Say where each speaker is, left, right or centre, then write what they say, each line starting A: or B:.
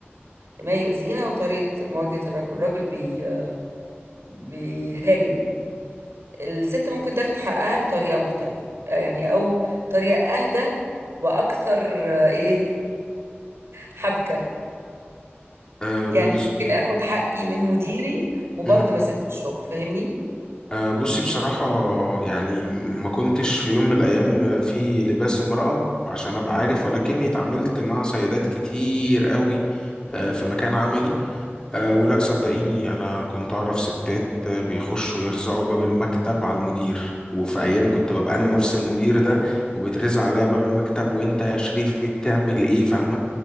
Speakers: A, on the right; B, on the left.
A: لما يؤذيها وطريقة مواجهة الرجل الرجل بي آه، بيهاجم الست ممكن تاخد حقها بطريقة مختلفة آه، يعني أو طريقة أهدى وأكثر آه، إيه حبكة
B: آه، بص
A: يعني ممكن آخد حقي من مديري وبرضه
B: مم.
A: ما سيبش الشغل فاهمني؟
B: آه، بصي بصراحة يعني ما كنتش في يوم من الأيام في لباس امرأة عشان أبقى عارف ولكني اتعاملت مع سيدات كتير قوي آه، في مكان عملي آه، ولا صدقيني أنا كنت أعرف ستات آه، بيخشوا يرزعوا باب المكتب على المدير وفي أيام كنت ببقى أنا نفس المدير ده وبترزع عليا باب المكتب وأنت يا شريف بيه بتعمل إيه فاهمة